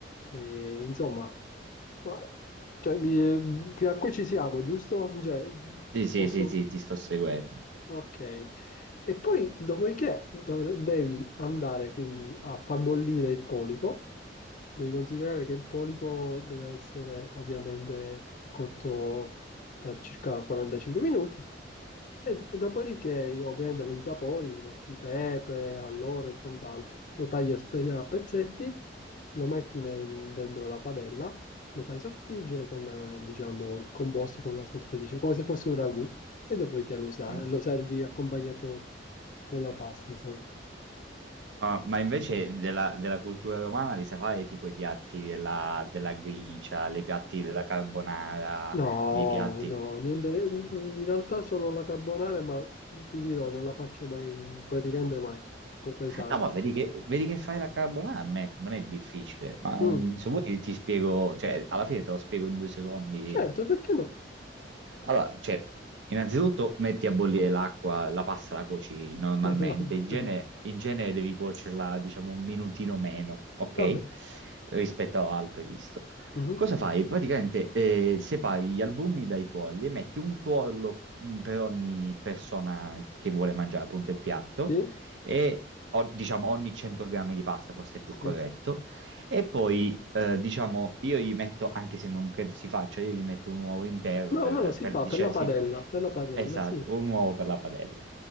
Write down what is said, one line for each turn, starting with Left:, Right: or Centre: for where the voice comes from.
Left: E, insomma, ma, cioè, mi- fino a qui ci siamo, giusto? Cioè,
Right: Sì, sì,
Left: posso...
Right: sì, sì, ti sto seguendo.
Left: Ok, e poi dopodiché dov- devi andare quindi a far bollire il polipo. Devi considerare che il polipo deve essere ovviamente cotto per circa 45 minuti e, e dopodiché, io, ovviamente, lo insapori, metti pepe, alloro e quant'altro. Lo tagli a, spe- a pezzetti, lo metti ne- dentro la padella, lo fai soffriggere con, eh, diciamo, il composto con una sorta di... come se fosse un ragù, e dopodiché lo, sa-
Right: Mm.
Left: lo servi accompagnato con la pasta, insomma.
Right: Ah, ma invece della, della cultura romana li sai fare tipo i piatti della, della gricia, i piatti della carbonara,
Left: No,
Right: dei piatti...
Left: no, niente, in realtà solo la carbonara, ma ti dirò, non la faccio mai, praticamente mai, un po' pesante.
Right: No, ma vedi che, vedi che fai la carbonara, non è, non è difficile. Ma mm,
Left: Mm,
Right: se vuoi ti, ti spiego, cioè, alla fine te lo spiego in due secondi.
Left: certo, perché no?
Right: Allora, cioè, innanzitutto metti a bollire l'acqua, la pasta la cuoci normalmente.
Left: <laughs>
Right: In genere, in genere devi cuocerla, diciamo, un minutino meno, ok?
Left: Vabbè,
Right: Rispetto al previsto.
Left: mhm,
Right: Cosa fai? Praticamente eh, separi gli albumi dai tuorli e metti un tuorlo mh, per ogni persona che vuole mangiare appunto il piatto
Left: Sì,
Right: e o- diciamo ogni 100 grammi di pasta forse è più
Left: sì,
Right: corretto.
Left: sì.
Right: E poi, eh, diciamo, io gli metto, anche se non credo si faccia, io gli metto un uovo intero
Left: No,
Right: per,
Left: no, no, si
Right: per
Left: fa
Right: dicere,
Left: per la
Right: sì,
Left: padella, per la padella,
Right: esatto,
Left: sì.
Right: un uovo per la padella.